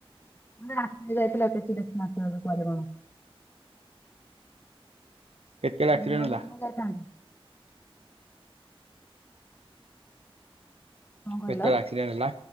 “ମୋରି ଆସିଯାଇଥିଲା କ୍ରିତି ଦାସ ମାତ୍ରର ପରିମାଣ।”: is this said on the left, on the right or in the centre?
Left